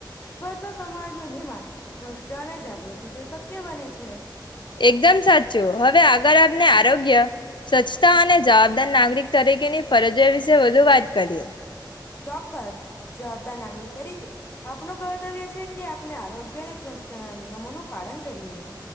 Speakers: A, on the left; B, on the left.
A: સ્ તો સમાજ નિર્માણ સ્પષ્ટ અને જાગૃતિ તો શક્ય બને છે.
B: એકદમ સાચું હવે આગળ આપને આ આરોગ્ય સ્વચ્છતા અને જવાબદાર નાગરિક તરીકેની ફરજ વિશે વધુ વાત કરીએ
A: ચોક્કસ જવાબદાર નાગરિક તરીકે આપનું કર્તવ્ય છે કે આપણે આરોગ્ય અને સ્વચ્છના નિયમોનું પાલન કરીએ